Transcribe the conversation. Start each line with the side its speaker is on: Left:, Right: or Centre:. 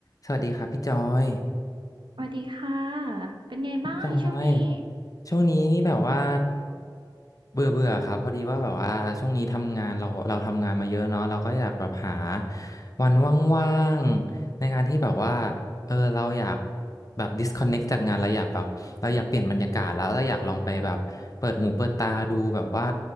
Left: สวัสดีครับพี่จอย
Right: สวัสดีค่ะเป็นไงบ้างช่วงนี้
Left: จอยช่วงนี้นี่แบบว่าเบื่อเบื่อครับพอดีว่าแบบว่าช่วงนี้ทำงานเราเราทำงานมาเยอะเนาะเราก็อยากแบบหาวันว่างๆในการที่แบบว่าเออเราอยากแบบ disconnect จากงานเราอยากแบบเราอยากเปลี่ยนบรรยากาศแล้วเราอยากลองไปแบบเปิดหูเปิดตาดูแบบว่า